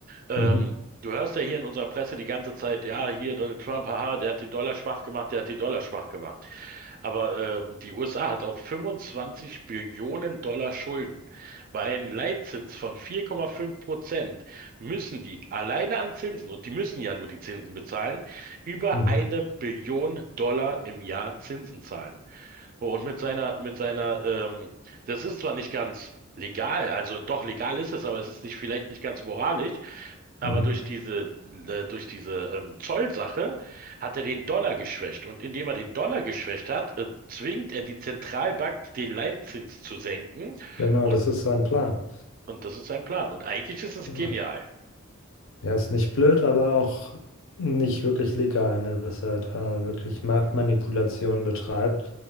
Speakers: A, on the right (about 40°); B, on the left (about 65°).
A: ähm,
B: Mhm,
A: du hörst ja hier in unserer Presse die ganze Zeit, ja, hier Donald Trump, haha, der hat den Dollar schwach gemacht, der hat den Dollar schwach gemacht. Aber ähm, die USA hat auch 25 Billionen Dollar Schulden. Bei einem Leitzins von 4,5 Prozent müssen die alleine an Zinsen, und die müssen ja nur die Zinsen bezahlen, über
B: mhm,
A: eine Billion Dollar im Jahr Zinsen zahlen. Oh, Und mit seiner, mit seiner, ähm, das ist zwar nicht ganz legal, also doch legal ist es, aber es ist nicht, vielleicht nicht ganz moralisch, aber
B: mhm.
A: durch diese, äh, durch diese ähm, Zollsache hat er den Dollar geschwächt. Und indem er den Dollar geschwächt hat, äh, zwingt er die Zentralbank, den Leitzins zu senken.
B: Genau,
A: Und,
B: das ist sein Plan.
A: und das ist sein Plan. Und eigentlich ist es
B: Genau.
A: genial.
B: Der ist nicht blöd, aber auch nicht wirklich legal, ne? Dass er da wirklich Marktmanipulation betreibt